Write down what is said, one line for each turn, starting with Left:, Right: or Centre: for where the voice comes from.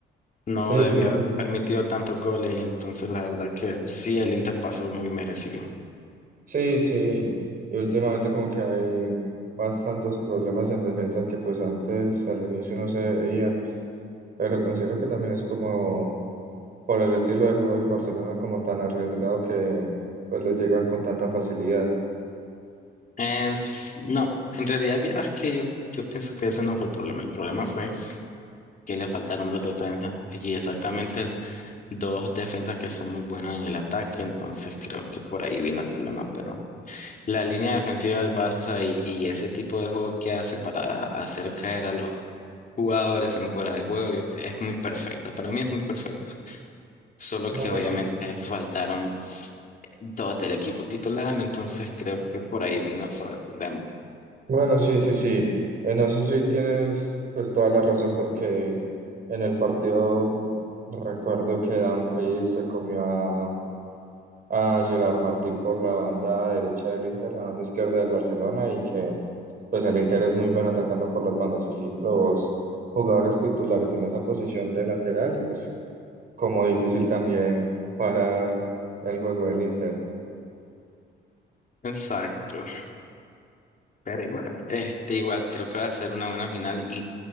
Left: No
Right: Sí, el-
Left: debió haber permitido tantos goles y entonces la verdad que sí, el Inter pasó muy merecido.
Right: sí, sí. Y últimamente como que hay bastantes problemas en defensa que pues antes al inicio no se veían, pero considero que también es como por el estilo de juego del Barcelona como tan arriesgado que pues le llegan con tanta facilidad.
Left: Es, no, en realidad vieras que yo, yo pienso que ese no fue el problema. El problema fue que le faltaron dos defensas y exactamente el- dos defensas que son muy buenos en el ataque, entonces creo que por ahí vino el problema, pero... la línea defensiva del Barça y, y ese tipo de juego que hace para hacer caer a los jugadores en fuera de juego, yo- es muy perfecta. Para mí es muy perfecta. Solo
Right: Claro.
Left: que obviamente faltaron dos del equipo titular, entonces creo que por ahí vino todo el problema.
Right: Bueno, sí, sí, sí. En eso sí tienes pues toda la razón porque en el partido mm, recuerdo que Dumfries se comió a, a Gerard Martín por la banda derecha del Inter, la banda izquierda del Barcelona y que pues el Inter es muy bueno atacando por las bandas y sí, los jugadores titulares en esa posición de lateral, pues como difícil también parar el juego del Inter.
Left: Exacto. Pero igual, este igual creo que va a ser una buena final y